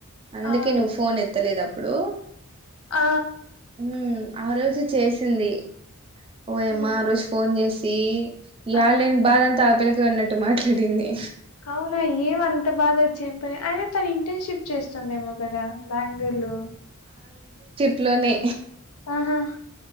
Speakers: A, on the right (about 25°); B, on the left (about 75°).
A: అందుకే
B: ఆ
A: నువ్వు ఫోన్ ఎత్తలేదు అప్పుడు
B: ఆ
A: ఉమ్ ఆ రోజు చేసింది ఓయమ్మ
B: హ్మ్
A: ఆ రోజు ఫోన్ చేసి ఇయలేన్
B: ఆ
A: బాధంతా ఆ పిల్లతో అన్నట్టు మాట్లాడింది
B: అవునా ఏమంత బాధ వచ్చేం పని అయిన తను ఇంటర్న్షిప్ చేస్ స్తోందేమో కదా బెంగుళూర్లో
A: ట్లోనే
B: ఆహా